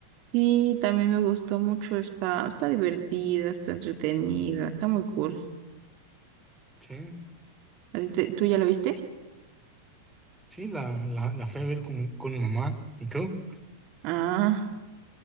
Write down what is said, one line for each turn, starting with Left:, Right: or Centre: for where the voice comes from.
Right: Sí, también me gustó mucho, está, está divertida, está entretenida, está muy cool.
Centre: Sí.
Right: ¿A ti te- ¿Tú ya la viste?
Centre: Sí, la, la, la fui a ver con, con mi mamá. ¿Y tú?
Right: Ah,